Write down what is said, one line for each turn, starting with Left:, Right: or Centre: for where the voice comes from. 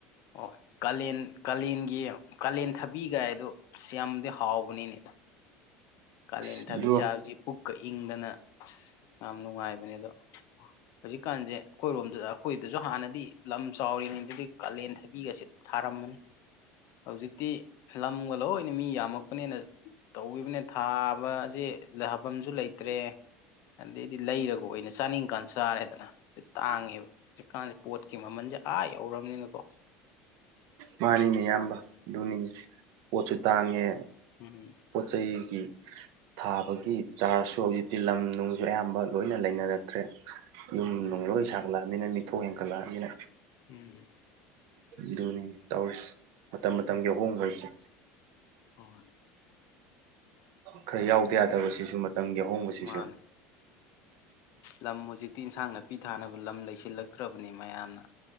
Left: ꯑ‌ꯣ ꯀꯥꯂꯦꯟ ꯀꯥꯂꯦꯟꯒꯤ ꯀꯥꯂꯦꯟ ꯊꯕꯤꯒꯥꯏꯗꯣ ꯁꯤ ꯌꯥꯝꯗꯤ ꯍꯥꯎꯕꯅꯤꯅꯦ ꯀꯂꯦꯟ
Right: ꯑꯁ
Left: ꯊꯕꯤ
Right: ꯑꯗꯨ
Left: ꯆꯥꯕꯗꯤ ꯄꯨꯛꯀ ꯏꯪꯗꯅ ꯑꯁ ꯌꯥꯝ ꯅꯨꯡꯉꯥꯏꯕꯅꯦ ꯑꯗꯣ ꯍꯧꯖꯤꯛꯀꯥꯟꯁꯦ ꯑꯩꯈꯣꯏꯔꯣꯝꯗ ꯑ ꯑꯈꯣꯏꯗꯁꯨ ꯍꯥꯟꯅꯗꯤ ꯂꯝ ꯆꯥꯎꯔꯤꯉꯩꯗꯗꯤ ꯀꯥꯂꯦꯟ ꯊꯥꯕꯤꯒꯁꯦ ꯊꯥꯔꯝꯕꯅꯤ ꯍꯧꯖꯤꯛꯇꯤ ꯂꯝꯒ ꯂꯣꯏꯅ ꯃꯤ ꯌꯥꯝꯃꯛꯄꯅꯤꯅ ꯇꯧꯈꯤꯕꯅꯤꯅ ꯊꯥꯕꯁꯦ ꯊꯥꯐꯝꯁꯨ ꯂꯩꯇ꯭ꯔꯦ ꯑꯗꯩꯗꯤ ꯂꯩꯔꯒ ꯑꯣꯏꯅ ꯆꯥꯅꯤꯡꯀꯥꯟ ꯆꯥꯔꯦꯗꯅ ꯇꯥꯡꯉꯦꯕ ꯍꯧꯖꯤꯛꯀꯥꯟꯁꯦ ꯄꯣꯠꯀꯤ ꯃꯃꯜꯁꯦ ꯑꯥ ꯌꯧꯔꯕꯅꯤꯅꯀꯣ
Right: ꯃꯥꯅꯤꯅꯦ ꯑꯌꯥꯝꯕ ꯑꯗꯨꯅꯤꯅꯦ ꯄꯣꯠꯁꯨ ꯇꯥꯡꯉꯦ
Left: ꯎꯝ
Right: ꯄꯣꯠ ꯆꯩꯒꯤ ꯊꯥꯕꯒꯤ ꯆꯥꯔꯖꯁꯨ ꯍꯧꯖꯤꯛꯇꯤ ꯂꯝꯅꯨꯡꯁꯨ ꯑꯌꯥꯝꯕ ꯂꯣꯏꯅ ꯂꯩꯅꯔꯛ ꯇ꯭ꯔꯦ ꯌꯨꯝ
Left: ꯎꯝ
Right: ꯅꯨꯡꯂꯣꯏ ꯁꯥꯒꯠꯂꯛꯑꯃꯤꯅ ꯃꯤꯊꯣꯛ ꯍꯦꯟꯒꯠꯂꯛꯑꯕꯅꯤꯅ
Left: ꯎꯝ
Right: ꯑꯗꯨꯅꯤ ꯇꯧꯔꯤꯁꯤ ꯃꯇꯝ ꯃꯇꯝꯒꯤ ꯑꯍꯣꯡꯕ ꯍꯥꯏꯁꯦ
Left: ꯍꯣꯏ
Right: ꯈꯔ ꯌꯥꯎꯗ ꯌꯥꯗꯕ ꯁꯤꯁꯨ ꯃꯇꯝꯒꯤ ꯑꯍꯣꯡꯕꯁꯤꯁꯨ
Left: ꯃꯥꯅꯦ ꯂꯝ ꯍꯧꯖꯤꯛꯇꯤ ꯏꯟꯁꯥꯡ ꯅꯥꯄꯤ ꯊꯥꯅꯕ ꯂꯝ ꯂꯩꯁꯤꯜꯂꯛꯇ꯭ꯔꯕꯅꯤ ꯃꯌꯥꯝꯅ